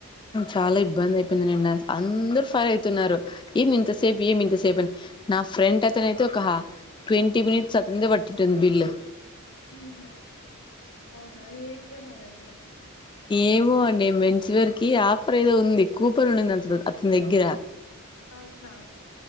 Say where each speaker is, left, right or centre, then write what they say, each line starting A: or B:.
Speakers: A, on the left (about 20°); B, on the left (about 75°).
A: చాలా ఇబ్బంది అయిపోయింది నిన్న, అందరు ఫైర్ అయితున్నారు. ఏమీంత
B: హ్మ్
A: సేపు, ఏమీంత సేపు, అనీ. నా ఫ్రెండ్ అతనైతే ఒక హ ట్వంటీ మినిట్స్ అతందే పటెటటుంది బిల్లో
B: అవునా, అవునా ఏంగోన్నారండి అన్నీ
A: ఏమో అండి మేన్స్వెర్ కీ ఆఫర్ ఏదో ఉంది కూపన్ ఉండిదంట అతని దగ్గర.
B: అవునా